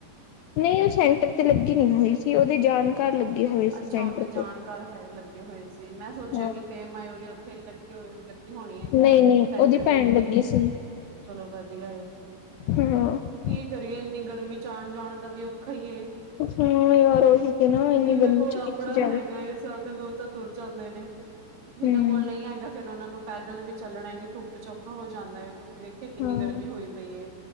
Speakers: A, on the left; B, on the right.
A: ਨਹੀਂ ਉਹ ਸੈਂਟਰ ਤੇ ਲੱਗੀ ਨਹੀਂ ਹੋਈ ਸੀ ਉਹਦੇ ਜਾਣ। ਘਰ ਲੱਗੇ ਹੋਏ। ਸੀ
B: ਅੱਛਾ
A: ਸੈਂਟਰ
B: ਉਹਦੇ ਜਾਣਕਾਰ
A: ਤੇ।
B: ਹੈ ਲੱਗੇ ਹੋਏ ਸੀ ਮੈਂ ਸੋਚਿਆ
A: ਹਾਂ।
B: ਕਿਤੇ ਮੈਂ। ਇੱਥੇ ਵੀ ਲੱਗੇ ਹੋਏ ਲੱਗੀ ਹੋਣੀ ਹੈ।
A: ਨਹੀਂ-ਨਹੀਂ
B: ਸੈਂਟਰ
A: ਉਹਦੀ
B: ਦੇ
A: ਭੈਣ
B: ਵਿਚ
A: ਲੱਗੀ ਸੀ
B: ਚਲੋ ਵਧੀਆ ਹੈ।
A: <unintelligible>
B: ਕੀ ਕਰੀਏ ਇੰਨੀ ਗਰਮੀ ਚ ਆਣ ਜਾਣ ਦਾ ਵੀ ਔਖਾ ਹੀ ਏ।
A: ਹਾਂ ਯਾਰ ਉਹੀ ਤੇ ਨਾ ਇੰਨੀ
B: ਜਿਹਦੇ
A: ਗਰਮੀ
B: ਕੋਲ
A: ਚ
B: ਆਪਣਾ
A: ਕਿੱਥੇ ਜਾਵੇ।
B: ਹੈਗਾ ਏ ਸਾਧਨ ਉਹ ਤਾਂ ਤੁਰ ਜਾਂਦੇ ਨੇ। ਜਿਨਾਂ
A: ਹੂੰ।
B: ਕੋਲ ਨਹੀਂ ਹੈਗਾ ਫਿਰ ਉਹਨਾਂ ਨੂੰ ਪੈਦਲ ਵੀ ਚੱਲਣਾ ਇੰਨੀ ਧੁੱਪ ਵਿਚ ਔਖਾ ਹੋ ਜਾਂਦਾ ਹੈ। ਤੁਸੀਂ ਵੇਖੋ ਇੱਥੇ ਕਿੰਨੀ
A: ਹਾਂ
B: ਗਰਮੀ ਹੋਈ ਪਈ ਹੈ